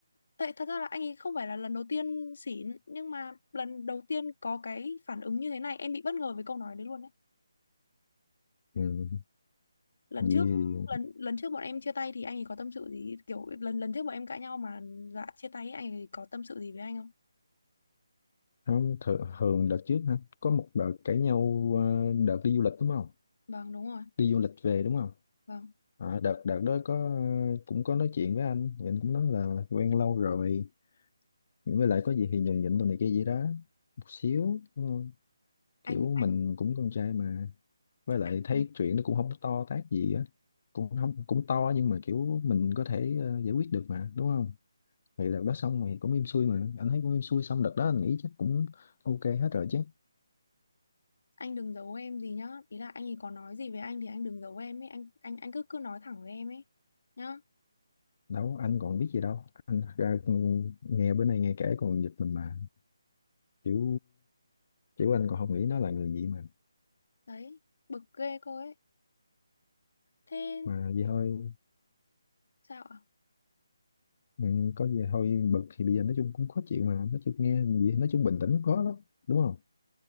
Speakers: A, on the left; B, on the left.
A: tại thật ra là anh ấy không phải là lần đầu tiên xỉn nhưng mà lần đầu tiên có cái phản ứng như thế này em bị bất ngờ với câu nói đấy luôn đấy
B: Ừ.
A: lần
B: Vì
A: trước lần lần trước bọn em chia tay thì anh ấy có tâm sự gì kiểu lần lần trước bọn em cãi nhau mà dọa chia tay ấy, anh ấy có tâm sự gì với anh không
B: không, thường, thường đợt trước hả? Có một đợt cãi nhau ờ, đợt đi du lịch đúng không?
A: vâng đúng rồi
B: đi du lịch về đúng không
A: vâng
B: à, đợt đợt đó có cũng có nói chuyện với anh thì anh cũng nói là quen lâu rồi với lại có gì thì nhường nhịn tụi này kia gì đó một xíu đúng không kiểu
A: anh
B: mình
A: anh
B: cũng con trai mà với lại
A: anh
B: thấy chuyện nó cũng không to tát gì á cũng không cũng to nhưng mà kiểu mình có thể ờ, giải quyết được mà đúng không thì đợt đó xong thì cũng im xuôi mà anh thấy cũng im xuôi xong đợt đó anh nghĩ chắc cũng ok hết rồi chứ
A: anh đừng giấu em gì nhá ý là anh ấy có nói gì với anh thì anh đừng giấu em ấy anh anh anh cứ cứ nói thẳng với em ấy nhá
B: đâu anh còn biết gì đâu anh ra ừ, nghe bữa nay nghe kể còn giật mình mà kiểu kiểu anh còn không nghĩ nó là người gì mà
A: Đấy, bực ghê cô ấy. Thế
B: mà vậy thôi
A: sao ạ?
B: ừ, có gì thôi bực thì bây giờ nói chung cũng khó chịu mà nói chung nghe gì nói chung bình tĩnh cũng khó lắm đúng không